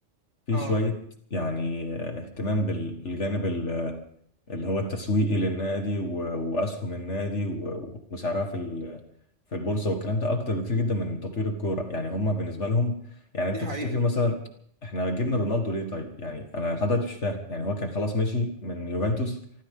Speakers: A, on the left (about 65°); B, on the right (about 40°).
A: في
B: اه
A: شوية يعني اهتمام بال- بالجانب ال- اللي هو التسويقي للنادي و- وأسهم النادي و- وسعرها في ال- في البورصة والكلام ده أكتر بكتير جدا من تطوير الكورة يعني هم بالنسبة لهم يعني
B: دي
A: أنت
B: حقيقة
A: تفتكر مثلا إحنا جبنا رونالدو ليه طيب يعني أنا لحد دلوقتي مش فاهم يعني هو كان خلاص مشي من يوفنتوس